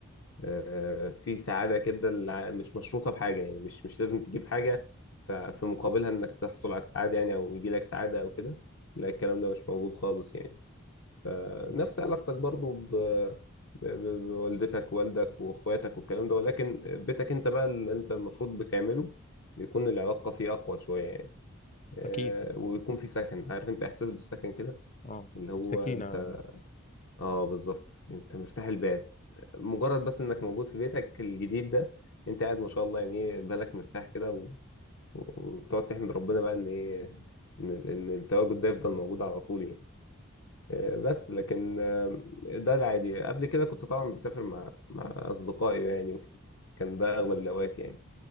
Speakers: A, on the left; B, on the left.
A: آه، في سعادة كده الع- مش مشروطة بحاجة يعني مش مش لازم تجيب حاجة ف- في مقابلها انك تحصل على السعادة يعني او يجي لك سعادة او كده لا الكلام ده مش موجود خالص يعني فنفس علاقتك برضو ب... ب- ب- بوالدتك والدك واخواتك والكلام ده ولكن بيتك انت بقى اللي انت المفروض بتعمله بيكون العلاقة فيه أقوى شوية يعني آه
B: اكيد
A: ويكون في سكن عارف انت إحساس بالسكن كده
B: اه
A: اللي هو
B: سكينه
A: انت اه بالظبط انت مرتاح البال مجرد بس انك موجود في بيتك الجديد ده انت قاعد ما شاء الله يعني ايه بالك مرتاح كده و... وبتقعد تحمد ربنا بقى ان ايه ان ان التواجد ده يفضل موجود على طول يعني آه، بس لكن آه، ده العادي قبل كده كنت طبعا بسافر مع مع اصدقائي يعني وكده. كان ده اغلب الاوقات يعني